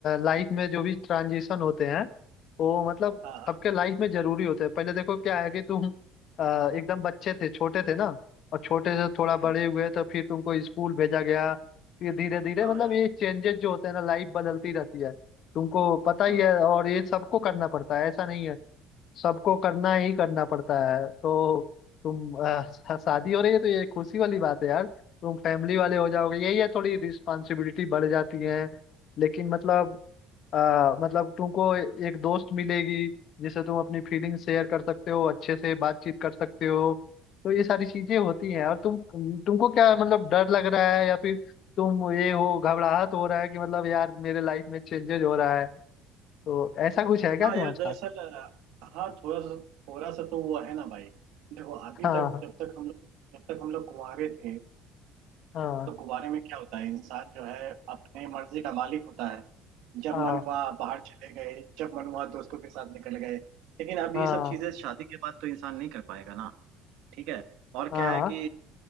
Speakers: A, on the left (about 50°); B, on the right (about 75°).
A: लाइफ में जो भी ट्रांजिशन होते हैं वो मतलब
B: हाँ हाँ
A: सबके लाइफ में जरूरी होते हैं पहले देखो क्या है कि तुम अ, एकदम बच्चे थे छोटे थे ना और छोटे से थोड़ा
B: हम्म,
A: बड़े
B: हम्म।
A: हुए तो फिर तुमको स्कूल भेजा गया फिर धीरे धीरे
B: हाँ
A: मतलब
B: यार
A: ये चेंजेस जो होते हैं ना लाइफ बदलती रहती है तुमको पता ही
B: हम्म।
A: है और ये सबको करना पड़ता है ऐसा नहीं है सबको करना ही करना पड़ता है तो तुम अ, <laughs> शा- शादी हो रही है तो ये खुशी वाली बात है यार तुम फैमिली वाले हो जाओगे यही है थोड़ी रिस्पॉन्सिबिलिटी बढ़ जाती है लेकिन मतलब अ, मतलब तुमको एक दोस्त मिलेगी जिससे तुम अपनी फीलिंग शेयर कर सकते हो अच्छे से बातचीत कर सकते हो तो ये सारी चीजें होती हैं और तुम तुमको क्या मतलब डर लग रहा है या फिर तुम ये हो घबराहट हो रहा है कि मतलब यार मेरे लाइफ में चेंजेस हो रहा है तो ऐसा कुछ है क्या
B: हाँ
A: तुम्हारे
B: यार
A: साथ
B: दरअसल अ, हाँ थोड़ा सा थोड़ा सा तो वो है ना भाई देखो अभी
A: हाँ
B: तक जब तक हम लोग जब तक हम लोग कुंवारे थे
A: हाँ
B: तो कुवारे में क्या होता है इंसान जो है अपने मर्जी का मालिक होता है जब
A: हाँ
B: मन हुआ बाहर चले गए जब मन हुआ दोस्तों के साथ निकल गए लेकिन अब
A: हाँ
B: ये सब चीजें शादी के बाद तो इंसान नहीं कर पाएगा ना ठीक है और
A: हाँ
B: क्या है कि